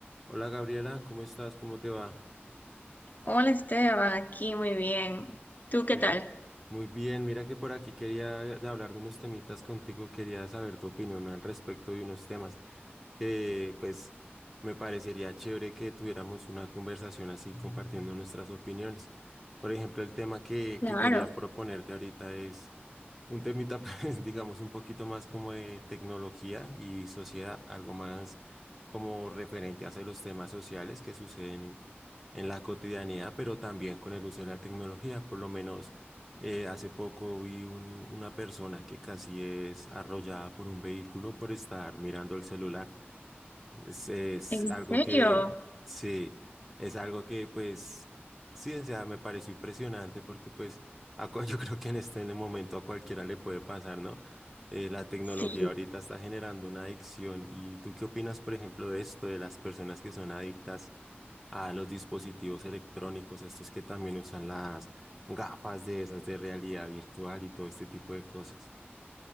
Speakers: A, in the centre; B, on the left (about 45°).
A: Hola Gabriela, ¿cómo estás? ¿Cómo te va?
B: Hola Esteban, aquí muy bien. ¿Tú qué
A: Que-
B: tal?
A: Muy bien, mira que por aquí quería de hablar de unos temitas contigo, quería saber tu opinión al respecto de unos temas que pues me parecería chévere que tuviéramos una conversación así compartiendo nuestras opiniones. Por ejemplo, el tema que,
B: Claro,
A: que quería proponerte ahorita es Un temita, <laughs> pues, digamos, un poquito más como de tecnología y sociedad, algo más como referente hacia los temas sociales que suceden en la cotidianidad, pero también con el uso de la tecnología. Por lo menos eh, hace poco vi un- una persona que casi es arrollada por un vehículo por estar mirando el celular. Es, es
B: ¿en serio?
A: algo que, sí, es algo que pues, sí, o sea, me pareció impresionante porque pues a cua- <laughs> yo creo que en este en el momento a cualquiera le puede pasar, ¿no? Eh, la tecnología
B: Sí.
A: ahorita está generando una adicción. ¿Y tú qué opinas, por ejemplo, de esto, de las personas que son adictas a los dispositivos electrónicos, estos que también usan las gafas de esas de realidad virtual y todo este tipo de cosas?